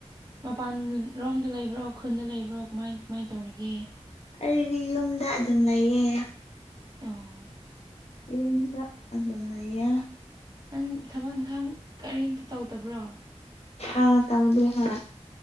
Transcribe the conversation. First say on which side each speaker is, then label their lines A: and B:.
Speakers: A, on the right; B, on the left.
A: ꯃꯄꯥꯟ ꯂꯣꯝꯗ ꯂꯩꯕ꯭ꯔꯣ ꯈꯨꯟꯗ ꯂꯩꯕ꯭ꯔꯣ ꯀꯃꯥꯏ ꯀꯃꯥꯏꯅ ꯇꯧꯔꯤꯒꯦ
B: ꯑꯩꯒꯤ ꯌꯨꯝꯗ ꯑꯗꯨꯝ ꯂꯩꯌꯦ
A: ꯑꯣ
B: ꯌꯨꯝꯗ ꯑꯗꯨꯝ ꯂꯩꯌꯦ
A: ꯅꯪ ꯊꯕꯛ ꯏꯪꯈꯥꯡ ꯀꯔꯤꯝꯇ ꯇꯧꯗꯕ꯭ꯔꯣ
B: ꯑꯥ ꯇꯧꯗꯦ ꯍꯣꯏ